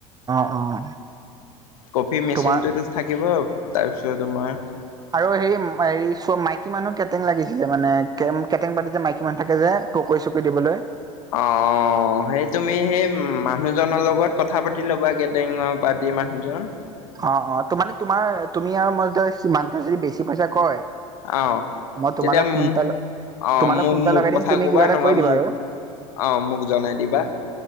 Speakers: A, on the right; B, on the left.
A: অ
B: কফি মেচিনটোতো
A: তোমাৰ
B: থাকিব তাৰপিছত তোমাৰ
A: আৰু হেৰি হেৰি চ মাইকী মানুহ কেটেং লাগিছে যে মানে কেটেং পাতি যে মাইকী মানুহ থাকে যে পকৰি চকৰি দিবলৈ
B: অ অ অ সেই তুমি সেই মানুহজনৰ লগত কথা পাতি ল'বা গেটেঙৰ পাৰ্টি মানুহজন
A: অ অ ত মানে তোমাৰ তুমি আৰু মই সিমানতে যদি বেছি পইচা কয়
B: অ',
A: মই
B: তেতিয়া
A: তোমালৈ ফোন এটা
B: অ',
A: তোমালৈ
B: মোক-মোক
A: ফোন এটা লগাই
B: কথা
A: দিম তুমি
B: ক'বা
A: কিবা এটা
B: নহবা
A: কৰি দিবা
B: মোক
A: আৰু।
B: অ মোক জনাই দিবা